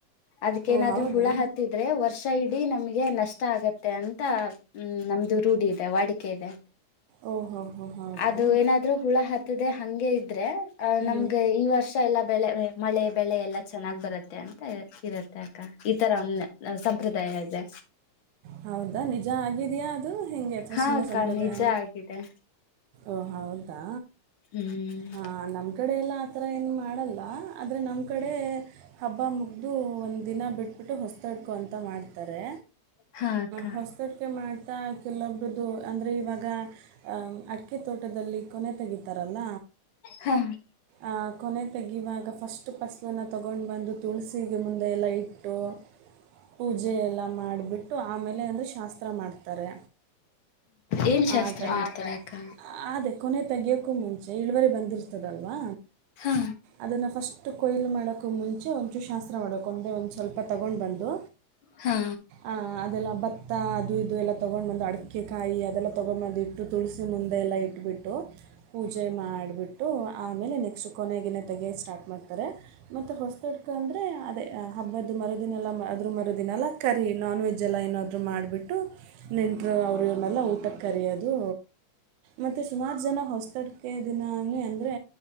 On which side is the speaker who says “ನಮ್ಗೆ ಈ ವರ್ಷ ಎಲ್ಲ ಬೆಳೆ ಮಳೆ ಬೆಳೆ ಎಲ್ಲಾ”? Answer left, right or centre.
Left